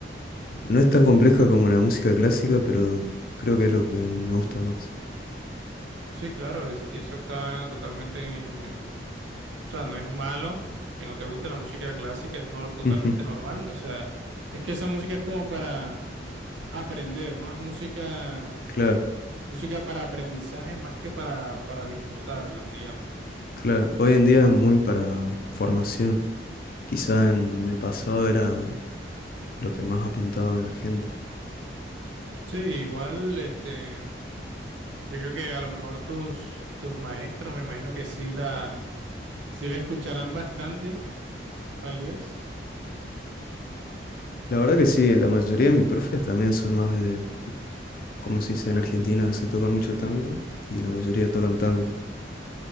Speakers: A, on the left; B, on the right.
A: no es tan compleja como la música clásica, pero creo que es lo que me gusta más.
B: Sí, claro, es- y eso está totalmente en, en- o sea, no es malo que no te guste la música clásica, es no, totalmente
A: Ujú,
B: normal. O sea, es que esa música es como para aprender, ¿no? Es música,
A: Claro,
B: música para aprendizaje más que para, para disfrutarla, digamos.
A: claro. Hoy en día es muy para formación. Quizá en el pasado era lo que más apuntaba a la gente.
B: Sí, igual, este, Yo creo que a lo mejor tus, tus maestros, me imagino que sí la, sí la escucharán bastante, tal vez.
A: La verdad que sí, la mayoría de mis profes también son más de, como se dice en Argentina, se toca mucho tango y la mayoría tocan tango.